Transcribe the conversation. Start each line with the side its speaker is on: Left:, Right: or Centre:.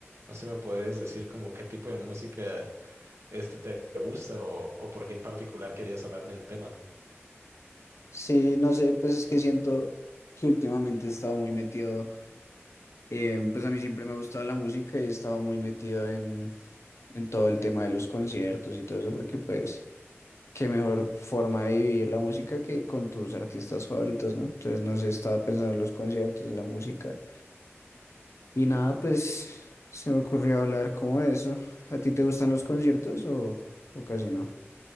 Right: No sé, ¿me podrías decir como qué tipo de música este te gusta o, o por qué en particular querías hablarme del tema?
Left: Sí, no sé, pues es que siento que últimamente he estado muy metido, eh, pues a mí siempre me ha gustado la música y he estado muy metido en, en todo el tema de los conciertos y todo eso porque pues qué mejor forma de vivir la música que con tus artistas favoritos, ¿no? Entonces no sé, estaba pensando en los conciertos, en la música. Y nada, pues se me ocurrió hablar como de eso. ¿A ti te gustan los conciertos o, o casi no?